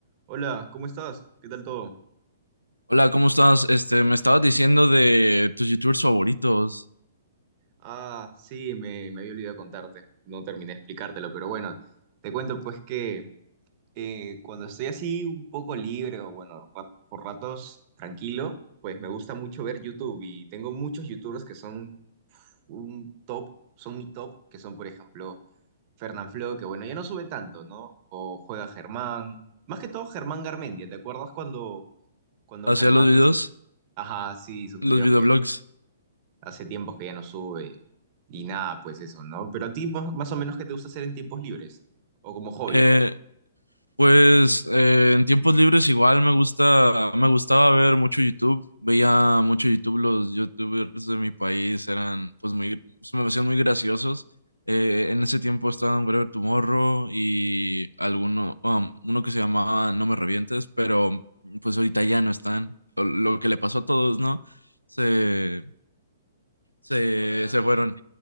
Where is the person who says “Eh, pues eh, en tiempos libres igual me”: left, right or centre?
Left